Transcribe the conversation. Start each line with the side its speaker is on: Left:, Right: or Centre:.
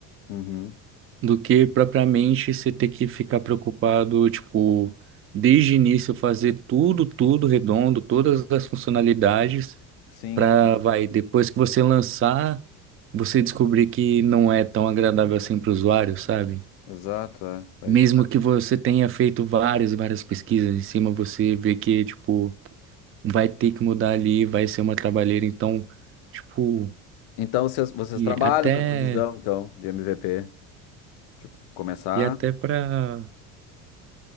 Left: Uhum.
Right: do que propriamente você ter que ficar preocupado, tipo, desde o início fazer tudo, tudo redondo, todas as funcionalidades,
Left: Sim,
Right: para,
Left: claro.
Right: vai, depois que você lançar, você descobrir que não é tão agradável assim para o usuário, sabe?
Left: Exato, é. É
Right: Mesmo
Left: isso.
Right: que você tenha feito várias, várias pesquisas em cima, você vê que, tipo, vai ter que mudar ali, vai ser uma trabalheira, então, tipo,
Left: Então, vocês, vocês
Right: e
Left: trabalham
Right: até,
Left: com essa visão, então, de MVP? Tipo, começar.
Right: e até pra,